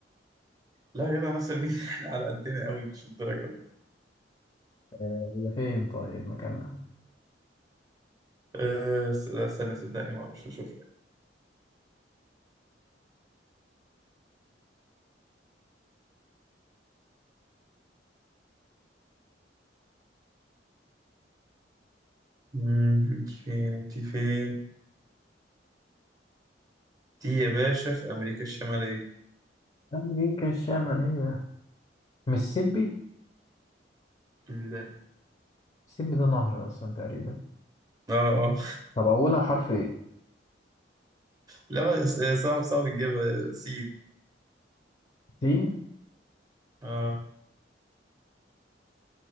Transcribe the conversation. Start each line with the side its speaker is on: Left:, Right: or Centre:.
Right: لا يا جدع ناصر مين <laughs> احنا على قدنا أوي مش الدرجة دي
Left: آه هي فين طيب مكانها
Right: آه س- لا استنى صدقني ما أعرفش أشوف لك مم، أنت فين أنت فين؟ دي يا باشا في أمريكا الشمالية
Left: أمريكا الشمالية ميسيبي
Right: لا
Left: ميسيبي ده نهر أصلا تقريبا
Right: اه اه
Left: طب أولها حرف إيه؟
Right: لا بس- آه، صعب صعب تجيبها سين
Left: سين
Right: اه